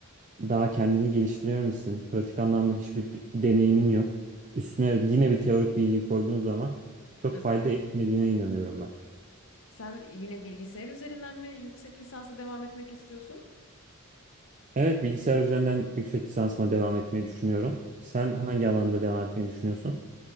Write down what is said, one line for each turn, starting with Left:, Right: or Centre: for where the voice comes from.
Right: daha kendini geliştirememişsin. Pratik anlamda hiçbir de- deneyimin yok. Üstüne yine bir teorik bilgi koyduğun zaman çok
Left: Evet.
Right: fayda etmediğine inanıyorum ben.
Left: Sen yine bilgisayar üzerinden mi yüksek lisansa devam etmek istiyorsun?
Right: Evet, bilgisayar üzerinden yüksek lisansıma devam etmeyi düşünüyorum. Sen hangi alanda devam etmeyi düşünüyorsun?